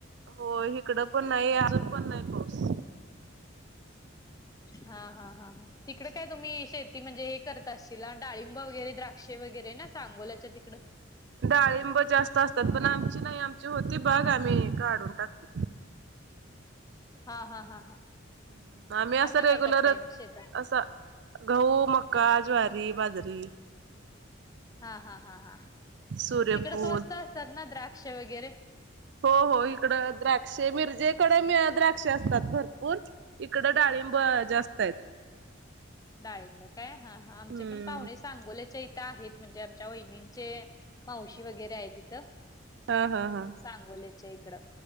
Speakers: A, on the right; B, on the left.
A: हो इकडं पण नाही, अजून पण नाही पाऊस.
B: हा, हा, हा, हा. तिकडे काय तुम्ही शेती म्हणजे हे करत असशीला डाळीब.? ब वगैरे, द्राक्षे वगैरे ना सांगोलाच्या तिकंड.
A: डाळिंब जास्त असतात, पण आमची नाही आमची होती बाग आम्ही काढून टाकली.
B: हा, हा, हा, हा.
A: मग आम्ही असं
B: आता काय
A: रेगुलरच
B: करताय मग शेतात?
A: असं गहू, मका, ज्वारी, बाजरी.
B: हा, हा, हा, हा.
A: सूर्यफूल
B: तिकडं स्वस्त असतात ना द्राक्ष वगैरे.
A: हो, हो हिकडं द्राक्ष. मिरजेकडे द्राक्ष असतात भरपूर. इकडं डाळिंब जास्त हायेत.
B: डाळींब काय? हा हा आमचे
A: हम्म
B: पण पाहुणे सांगोल्याच्या इथं आहेत, म्हणजे आमच्या वहिनींचे, मावशी वगैरे आहे तिथं.
A: ह, ह, ह.
B: सांगोल्याचे इकडं